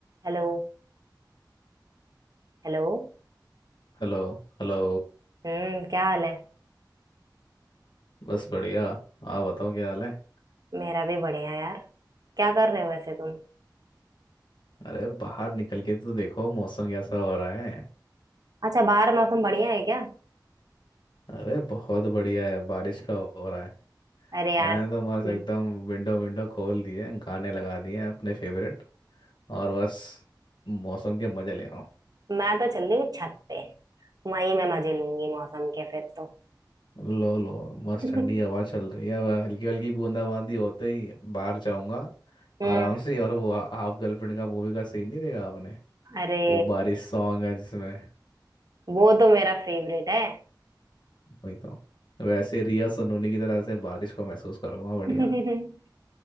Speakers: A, on the right (about 55°); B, on the left (about 80°).
A: Hello Hello
B: हेलो हेलो
A: हम्म क्या हाल है
B: बस बढ़िया आप बताओ क्या हाल है
A: मेरा भी बढ़िया यार क्या कर रहे हो वैसे तुम
B: अरे बाहर निकल के तो देखो मौसम कैसा हो रहा है
A: अच्छा बाहर मौसम बढ़िया है क्या
B: अरे बहुत बढ़िया है बारिश का हो रहा है
A: अरे यार
B: मैं तो बस
A: हम्म,
B: एकदम विंडो विंडो खोल दिए गाने लगा दिए हैं अपने फेवरेट और बस मौसम के मजे ले रहा हूँ
A: मैं तो चल रही हूँ छत पे वहीं मैं मजे लूंगी मौसम के फिर तो
B: लो लो मस्त
A: <laughs>
B: ठंडी हवा चल रही है वह हल्की हल्की बूंदाबांदी होते ही बाहर जाऊंगा
A: हम्म
B: आराम से और वो हाफ गर्लफ्रेंड का मूवी का सीन नहीं देखा आपने
A: अरे
B: वो बारिश सॉन्ग है जिसमें
A: वो तो मेरा फेवरेट है
B: वही तो वैसे रिया सनोनी की तरह से बारिश को महसूस करूंगा बढ़िया
A: <laughs>